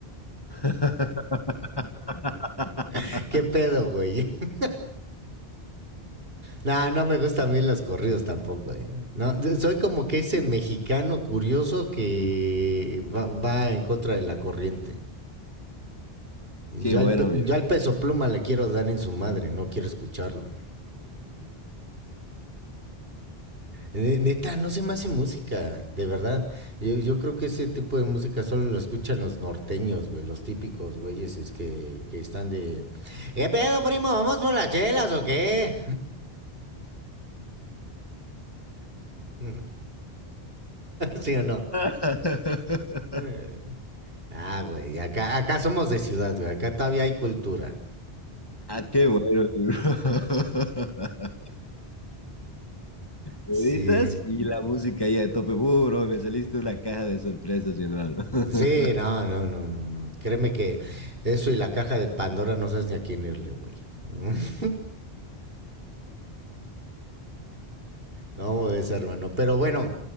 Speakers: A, on the left (about 20°); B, on the right (about 65°).
A: <laughs>
B: <laughs> ¿Qué pedo, güey? <laughs> No, no me gustan a mí los corridos tampoco, ¿eh? No, de- soy como que ese mexicano curioso que va, va en contra de la corriente. Yo
A: Qué bueno,
B: al, pe-
A: amigo.
B: yo al peso pluma le quiero dar en su madre, no quiero escucharlo. Ne- Neta, no se me hace música, de verdad. Yo, yo creo que ese tipo de música solo lo escuchan los norteños, güey, los típicos güeyes es que, que están de... ¿Qué pedo, primo? ¿Vamos por las chelas o qué? <laughs> ¿Sí o no?
A: <laughs>
B: Eh, Ah, güey, acá, acá somos de ciudad, güey, acá todavía hay cultura.
A: Ah, qué bueno. mi bro. <laughs> Meditas
B: Sí.
A: y la música ahí a tope. Uh, bro, me saliste una caja de sorpresas, mi hermano. <laughs>
B: Sí, no, no, no, no, no. Créeme que eso y la caja de Pandora no sabes ni a quién irle, güey. <laughs> No, es hermano. Pero bueno,